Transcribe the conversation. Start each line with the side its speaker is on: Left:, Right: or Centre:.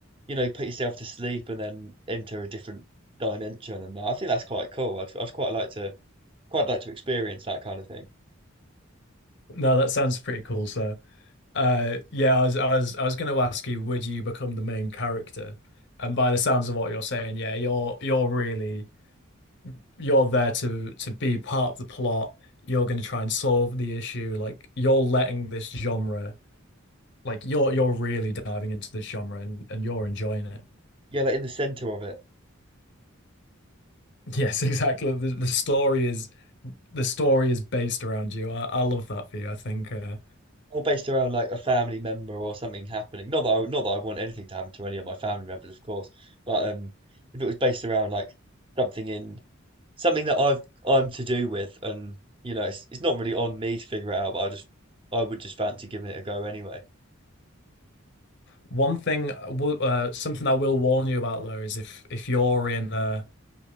Right: you know put yourself to sleep and then enter a different dimension and I think that's quite cool. I'd I'd quite like to quite like to experience that kind of thing.
Left: No, that sounds pretty cool. So, uh, yeah, I was I was I was going to ask you, would you become the main character? And by the sounds of what you're saying, yeah, you're you're really you're there to to be part of the plot. You're going to try and solve the issue. Like you're letting this genre, like you're you're really diving into this genre and and you're enjoying it.
Right: Yeah, like in the center of it.
Left: Yes, <laughs> exactly. The, the story is the story is based around you. I, I love that for you. I think uh,
Right: Or based around like a family member or something happening. Not that I, not that I want anything to happen to any of my family members, of course, but um if it was based around like something in something that I've I'm to do with, and you know, it's, it's not really on me to figure it out, but I just I would just fancy giving it a go anyway.
Left: one thing, I will- uh, something I will warn you about though is if if you're in uh,